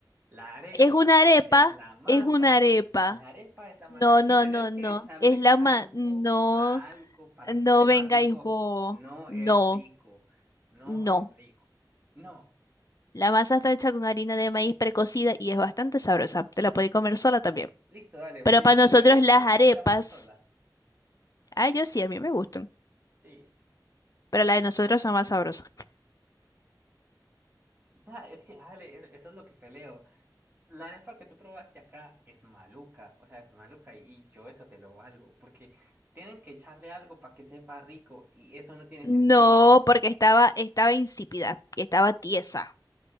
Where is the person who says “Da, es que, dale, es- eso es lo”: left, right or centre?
Right